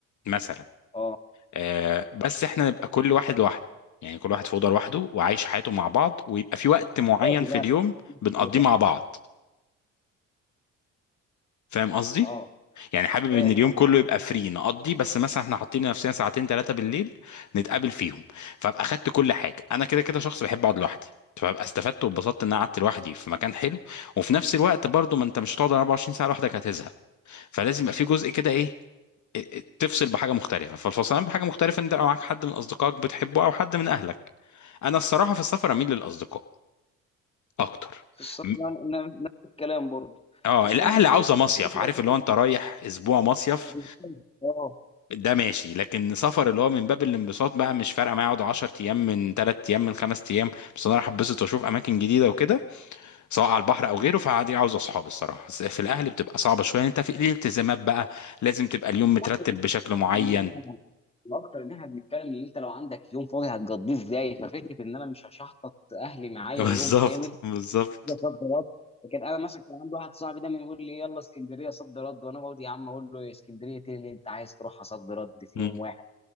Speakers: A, on the left; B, on the left.
A: مثلا
B: اه
A: آه بس احنا نبقى كل واحد لوحده يعني كل واحد في اوضه لوحده وعايش حياته مع بعض ويبقى في وقت معين
B: فاهم
A: في
B: بقى
A: اليوم بنقضيه
B: كده.
A: مع بعض فاهم قصدي
B: اه
A: يعني حابب
B: فاهم
A: ان اليوم
B: والله.
A: كله يبقى فري نقضي بس مثلا احنا حاطين لنفسنا ساعتين ثلاثه بالليل نتقابل فيهم فابقى خدت كل حاجه انا كده كده شخص بحب اقعد لوحدي فببقى استفدت واتبسطت ان انا قعدت لوحدي في مكان حلو وفي نفس الوقت برضو ما انت مش هتقعد 24 ساعه لوحدك هتزهق فلازم يبقى في جزء كده ايه إيه- إيه، تفصل بحاجه مختلفه فالفصلان بحاجه مختلفه انت معاك حد من اصدقائك بتحبه او حد من اهلك انا الصراحه في السفر اميل للاصدقاء اكتر
B: في السفر
A: م-
B: أنا- أنا- نفس الكلام برضه
A: اه
B: اصل
A: الاهل
B: انت فكره
A: عاوزه
B: إن
A: مصيف
B: أنت كده كده
A: عارف
B: برضه
A: اللي هو انت رايح اسبوع مصيف
B: بتتكلم. اه
A: ده ماشي لكن سفر اللي هو من باب الانبساط بقى مش فارقه معايا اقعد 10 ايام من 3 ايام من 5 ايام بس انا رايح اتبسط واشوف اماكن جديده وكده سواء على البحر او غيره فعادي عاوز اصحابي الصراحه بس في الاهل بتبقى صعبه شويه انت في ليه التزامات بقى لازم تبقى اليوم مترتب
B: فكرة
A: بشكل معين
B: إن إحنا- الاكتر ان احنا بنتكلم ان انت لو عندك يوم فاضي هتقضيه ازاي ففكره ان انا مش هشحطط اهلي معايا
A: <laughs> بالظبط
B: يوم كامل
A: بالظبط
B: ده صد رد لكن انا مثلا كان عندي واحد صاحبي دايما يقول لي يلا اسكندريه صد رد وانا بقعد يا عم اقول له إيه، اسكندريه ايه اللي انت عايز تروحها صد رد في
A: مم.
B: يوم واحد